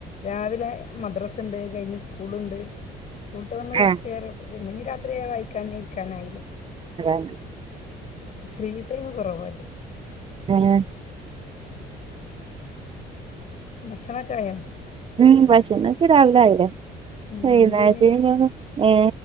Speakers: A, on the left; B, on the right.
A: രാവിലെ മദ്രാസ ഉണ്ട് കഴിഞ്ഞ് സ്കൂളുണ്ട് സ്കൂളട്ട വന്ന് കുറച്ച
B: ഏഹ്
A: നേേര പിന്നെ ഇനി രാത്രിയ വായിക്കാൻ ഇരിക്കാനായില്ലേ
B: രണ്ട്
A: ഉ ഫ്രീ ടൈം കുറവല്ലേ
B: ഉം
A: മക്ഷണ ചായോ <unintelligible>
B: ഉം പക്ഷേന്നൊക്കക്ക് രാവിലെ
A: ഉം
B: ആയില്ലേൈകുന്നഞ്ഞ
A: എന്തേനി
B: ഏ